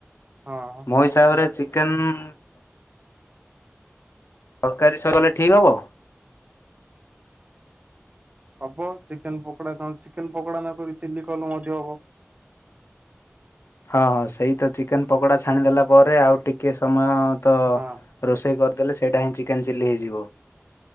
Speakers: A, on the right; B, on the left.
A: ହଁ
B: ମୋ ହିସାବରେ ଚିକେନ ତରକାରୀ ସହକଲେ ଠିକ୍ ହେବ?
A: ହବ ଚିକେନ ପକୋଡା ତମେ ଚିକେନ ପକୋଡା ନକରି ଚିଲି କଲେ ମଧ୍ୟ ହବ।
B: ହଁ ହଁ ସେଇତ ଚିକେନ ପକୋଡ଼ା ଛାଣିଦେଲା ପରେ ଆଉ ଟିକେ ସମୟ ତ
A: ହଁ
B: ରୋଷେଇ କରିଦେଲେ ସେଇଟା ହିଁ ଚିକେନ୍ ଚିଲି ହେଇଯିବ।